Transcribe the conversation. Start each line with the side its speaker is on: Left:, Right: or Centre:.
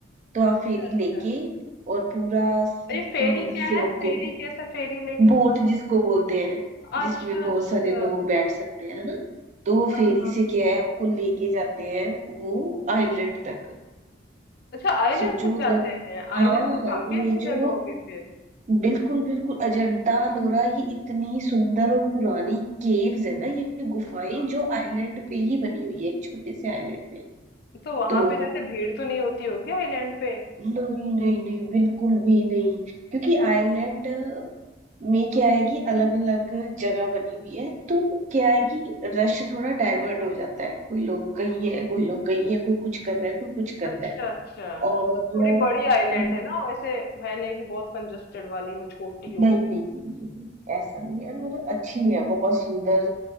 Right: तो आप
Left: अच्छा,
Right: फेरी
Left: अच्छा।
Right: लेके और पूरा समुद्र
Left: ये फेरी क्या
Right: से
Left: है?
Right: आपको
Left: फेरी कैसा फेरी लेके
Right: बोट
Left: मतलब?
Right: जिसको बोलते हैं
Left: अच्छा,
Right: जिसमें बहुत
Left: अच्छा।
Right: सारे लोग बैठ सकते हैं है ना तो वो
Left: हाँ,
Right: फेरी
Left: हाँ।
Right: से क्या है आपको लेके जाते हैं वो आइलैंड तक
Left: अच्छा आइलैंड
Right: सोचो
Left: तक
Right: मतलब
Left: जाते हैं।
Right: हाँ
Left: आइलैंड तो काफ़ी
Right: ये
Left: अच्छी
Right: जो
Left: जगह होगी फिर।
Right: बिल्कुल बिल्कुल अजंता अलोरा ये इतनी सुंदर और पुरानी केव्स है ना ये गुफाएं
Left: हाँ,
Right: जो आइलैंड
Left: हाँ।
Right: पे ही बनी हुई है एक छोटे से आइलैंड पे
Left: तो वहाँ
Right: तो
Left: पे जाते भीड़ तो नहीं होती होगी आइलैंड पे?
Right: नहीं नहीं नहीं बिल्कुल भी नहीं क्योंकि आइलैंड में क्या है कि अलग अलग जगह बनी हुई है तो क्या है कि रश थोड़ा डाइवर्ट हो जाता है कोई लोग कहीं है कोई लोग कहीं है कोई कुछ कर रहा है कोई कुछ कर
Left: अच्छा,
Right: रहा है
Left: अच्छा।
Right: और
Left: मतलब थोड़ी बड़ी आइलैंड
Right: अम,
Left: है ना, वैसे है नहीं कि बहुत कंजस्टेड वाली हो, छोटी हो।
Right: नहीं नहीं नहीं नहीं नहीं, ऐसा नहीं है
Left: हुँ।
Right: और अच्छी है बहुत सुंदर